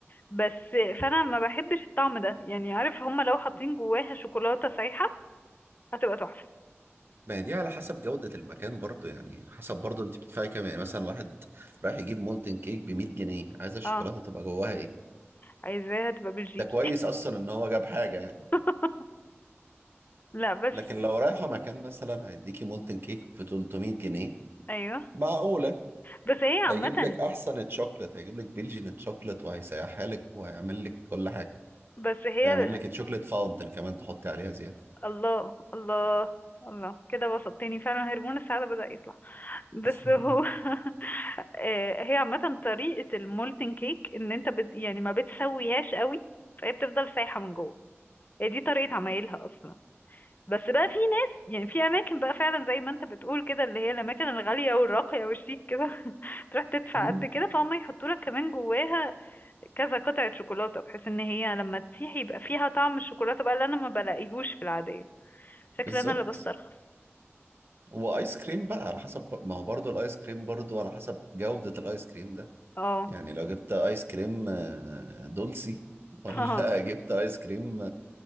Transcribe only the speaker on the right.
ما هي دي على حسب جودة المكان برضو يعني حسب برضو انت بتدفعي كام يعني مثلا واحد رايح يجيب مولتن كيك ب 100 جنيه عايز الشوكولاتة
تبقى جواها ايه
ده كويس اصلا ان هو جاب حاجة يعني.
لكن لو رايحة مكان مثلا هيديكي مولتن كيك ب 300 جنيه
معقولة
هيجيب لك أحسن تشوكلت هيجيب لك بلجين تشوكلت وهيسيحها لك وهيعمل لك كل حاجة
هيعمل لك تشوكلت فاونتن كمان تحطي عليها زيادة
<laughs>
مم،
بالظبط
وايس كريم بقى على حسب بر- ما هو برضه الايس كريم برضه على حسب جودة الايس كريم ده
يعني لو جبت ايس كريم آه، دولسي ولا
<laughs> جبت ايس كريم